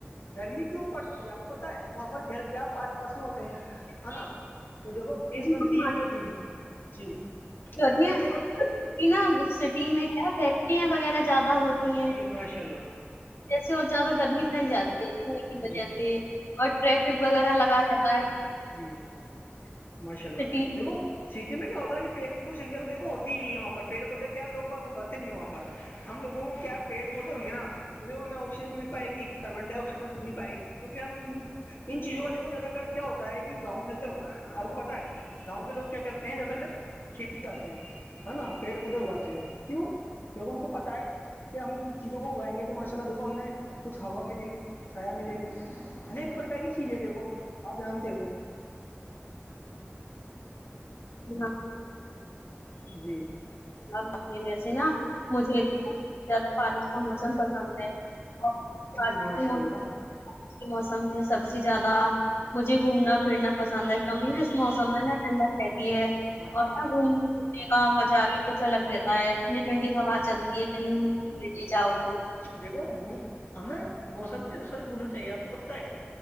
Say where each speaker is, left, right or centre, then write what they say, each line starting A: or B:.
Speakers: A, on the left (about 60°); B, on the left (about 80°).
A: گرمی کیوں پڑتی ہے آپ کو بتائے وہاں پر گھر کیا پاس پاس میں ہوتے ہیں ہے نا تو دیکھو گیس
B: جی
A: بند
B: ہم
A: تین میں بھی جی ان
B: گرمیاں
A: چیزوں میں کیا
B: ہو نا سٹی میں کیا فیکٹریاں وغیرہ زیادہ ہوتی
A: جی ماشاء اللہ
B: جیسے اور زیادہ گرمی پھیل جاتی ہےنے کی وجہ
A: جی
B: سے اور ٹریفک وغیرہ لگ رہا
A: جی ماشاء اللہ
B: سٹی
A: دیکھو سیٹی میں کیا ہوتا کہ پیڑ پردوشن کیا تو دیکو ہوتی ہی نہیں ہے وہاں پر پڑ پودے کیا لو بھگ اگاتے نہیں وہاں پر ہم لوگوں کو کیا پیڑ پودے ہوں گے نا تو دیکو ہمیں آکسیجن مل پائے گی کاربن ڈائی آکسائڈ مل پائے گی کیونکہ ہم ان ان چیزوں کا دیکو زیادا کر ہوتا ہے کہ گاؤں کے اندر ہوتا ہے آپ کو پتا ہے گاؤں کے لوگ کیا کرتے ہیں زیادہ تر کھیتی کرتے ہیں ہے نا پیڑ پودے اگاتے ہیں کیوں کیونکہ ان کو پتا ہے کہ ہم ان چیز کو اگائیں گے تو ماشاءلہ دیکو ہم نے کچھ ہوا ملے گی چھایا ملے گی انیک پرکار کی چیزیں دیکھو آپ جانتے ہو
B: جی
A: جی
B: ب اپنے ویسے نا مجھے انا زیادہ بارش کا موسم پسند ہے اور
A: جی
B: بارش
A: ماشاء اللہ
B: آج کے موسم میں سب سے زیادہ مجھے گھومنا پھرنا پسند ہے کیونکہ نا اس موسم میں نا ٹھنڈا رہتی ہے
A: ماشاء
B: اور
A: اللہ
B: ن گھومنے پھرنے کا مزہ بھی کچھ الگ رہتا ہے ٹھنڈی ٹھنڈی ہوا چلتی ہے کہیں پنے جاؤ تو
A: دیکھو گ ہمیں موسم کے ساری گھومنا چاہیے آپ کو پت ہے